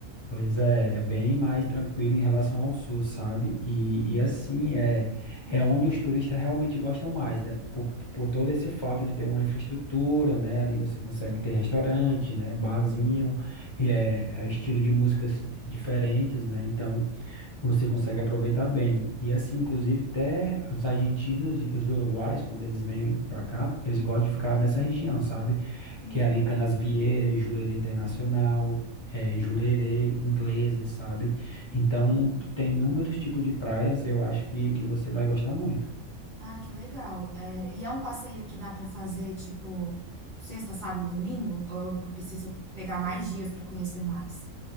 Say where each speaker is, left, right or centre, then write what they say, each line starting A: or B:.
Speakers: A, on the left (about 40°); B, on the right (about 20°).
A: Pois é, é bem mais tranquilo em relação ao sul, sabe? E,
B: Uhum,
A: e assim, é, é onde os turistas realmente gostam mais, né? Por, por todo esse fato de ter uma infraestrutura, né? Ali você consegue ter restaurante, né?
B: uhum,
A: Barzinho, e é, é estilo de músicas diferentes, né? Então, você consegue aproveitar bem. E assim, inclusive, até os argentinos e os uruguais, quando eles vêm para cá, eles gostam de ficar nessa região, sabe?
B: sim.
A: Que é ali Canasvieiras, Jurerê Internacional, eh, Jurerê, ingleses, sabe?
B: uhum.
A: Então, tem inúmeros tipos de praias, eu acho que, que você vai gostar muito.
B: Ah, que legal. É, e é um passeio que dá para fazer, tipo, sexta, sábado e domingo? Ou eu eu preciso pegar mais dias para conhecer mais?